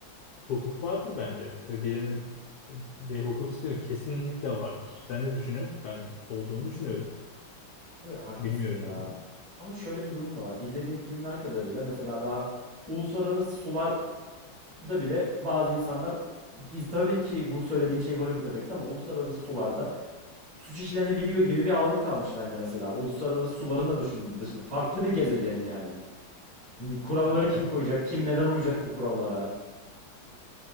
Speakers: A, on the left (about 85°); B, on the right (about 15°).
A: Hukuk vardır bence ve birinin ve hukuk sistemi kesinlikle vardır. Sen ne düşünüyorsun ki? Ben olduğunu düşünüyorum.
B: Tabii haklısın
A: Bilmiyorum
B: ya.
A: bunu.
B: Ama şöyle bir durum da var. İzlediğim filmler kadarıyla mesela daha uluslararası sularda bile bazı insanlar iz- tabii ki bu söylediğim şey Hollywood efekti ama uluslararası sularda suç işlenebiliyor gibi bir algı kalmış bende mesela. Uluslararası suların da düşün, dışında. Farklı bir gezegen yani. Ni- Kuralları
A: Ya
B: kim
A: evet.
B: koyacak? Kim neden uyacak bu kurallara?